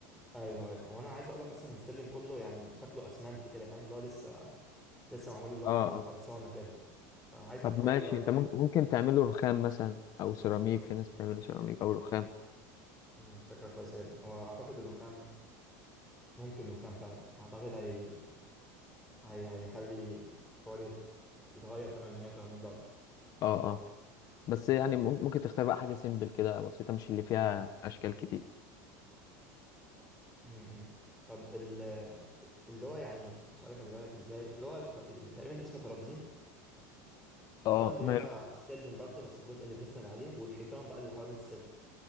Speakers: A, in the centre; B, on the left.
A: أيوه أيوه وأنا عايز أقول لك أصلا إن السلم كله يعني شكله أسمنتي كده فاهم اللي هو لسه لسه معمول اللي هو
B: اه
A: على الخرسانة
B: اه
A: كده فعايز
B: طب
A: أفكار
B: ماشي
A: اللي هو
B: انت
A: كده
B: ممكن ممكن تعمله رخام مثلا او سيراميك في ناس بتعمله سيراميك او رخام
A: امم فكرة كويسة جدا وأعتقد الرخام ممكن الرخام فعلا أعتقد هي... هي... هيخلي الحوار يت- يتغير تمام 180 درجة
B: اه اه بس يعني مم- ممكن تختار بقى حاجة سيمبل كده بسيطة مش اللي فيها اشكال كتير
A: امم طب ال... اللي هو يعني مش عارف اجيبها لك ازاي اللي هو الط- تقريبا اسمه ترابزين
B: اه
A: اللي هو اللي بيبقى
B: ماله
A: على السلم برضو بس الجزء اللي بنسند عليه والحيطان بقى اللي حوالين السلم